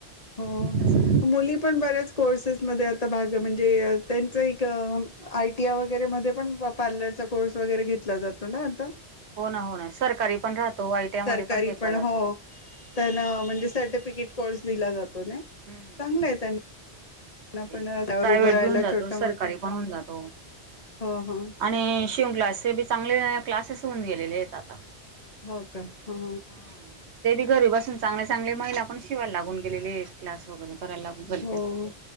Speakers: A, on the right; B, on the left.
A: अस
B: हो
A: हाय
B: मुली पण बऱ्याच कोर्सेसमध्ये आता भाग म्हणजे त्यांच एक आय टी आय वगैरे मध्ये पण पार्लरचा कोर्स वगैरे घेतला जातो ना आता
A: हो ना हो ना सरकारी पण राहतो, आयटीआ
B: सरकारी
A: मध्ये पण घेतला जातो.
B: हो त्यांना म्हणजे सर्टिफिकेट कोर्स दिला जातो नय
A: हम्म.
B: चांगलाय त्यांन <inaudible>
A: तेच
B: पण
A: ना
B: त्यावर
A: प्रायव्हेट
B: उभं राहिला
A: बी होऊन जातो
B: छोटा मोठ
A: सरकारी पण होऊन जातो.
B: हो ह.
A: आणि- कोचिंग क्लास ते बी चांगले क्लासेस होऊन गेलेले आहेत आता
B: हो का ह
A: हम्म ते बी घरी बासून चांगले चांगले महिला पण शिवायला लागून गेले आहेत क्लास वगैरे करायला लागून गेलेत.
B: हो